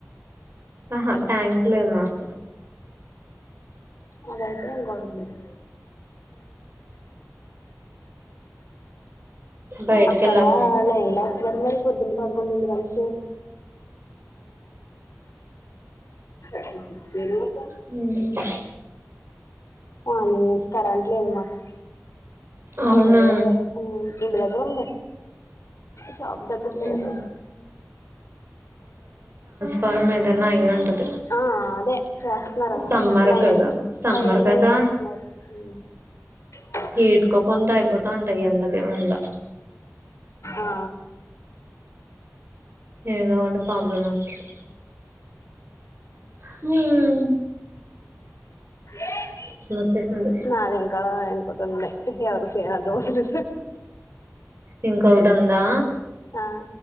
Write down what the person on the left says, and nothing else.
అదయితే ఇంకోటి ఉండేది
అక్కడ లైన్ లో వస్తున్నారు మరి పొద్దున్న పడుతు కొంది వెనసుదు <unintelligible>
మార్నింగ్ నుంచి కరెంటు లేదు మాకు
అక్కడ లేదులేే ఇంటి దగ్గర ఉంది షాప్ దగ్గర లేదు
ఆ అదే చేస్తున్నారు
ఇలా
లైన్లో
వేస్తున్నారు మ <inaudible>
ఆ
ఏ బి
ఆ నాదింకా అయిపోతుందిలే దోశలు
ఆ